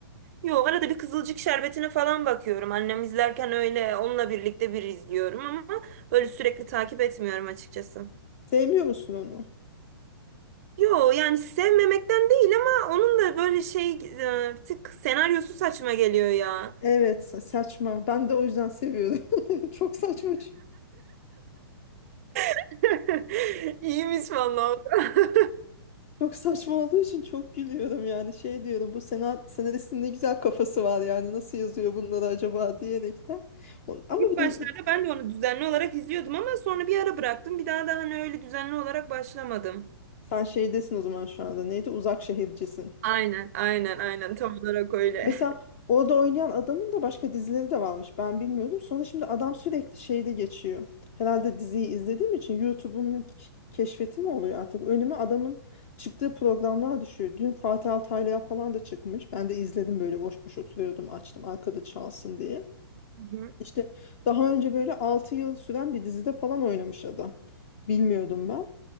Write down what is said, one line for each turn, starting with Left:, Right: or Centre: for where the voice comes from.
Right: Yok arada bir Kızılcık Şerbeti'ne falan bakıyorum. Annem izlerken öyle onunla birlikte bir izliyorum ama böyle sürekli takip etmiyorum açıkçası.
Left: Sevmiyor musun onu?
Right: Yo yani sevmemekten değil ama onun da böyle şey e, bir tık senaryosu saçma geliyor ya.
Left: Evet, sa- saçma. Ben de o yüzden seviyorum. <laughs> Çok saçma. ç-
Right: <laughs> İyiymiş vallahi. o da. <laughs>
Left: Çok saçma olduğu için çok gülüyorum yani. Şey diyorum bu sena- senaristin ne güzel kafası var yani. Nasıl yazıyor bunları acaba diyerekten. O- Ama
Right: İlk
Left: bir
Right: başlarda
Left: de bu-
Right: ben de onu düzenli olarak izliyordum ama sonra bir ara bıraktım. Bir daha da hani öyle düzenli olarak başlamadım.
Left: sen şeydesin o zaman şu anda. Neydi? Uzak şehircisin.
Right: Aynen, aynen, aynen. Tam olarak öyle.
Left: Mesela orada oynayan adamın da başka dizileri de varmış. Ben bilmiyordum. Sonra şimdi adam sürekli şeyde geçiyor. Herhalde diziyi izlediğim için YouTube'un k- keşfeti mi oluyor artık? Önüme adamın çıktığı programlar düşüyor. Dün Fatih Altaylı'ya falan da çıkmış. Ben de izledim böyle boş boş oturuyordum açtım arkada çalsın diye.
Right: Hı hı.
Left: İşte daha önce böyle 6 yıl süren bir dizide falan oynamış adam. Bilmiyordum ben.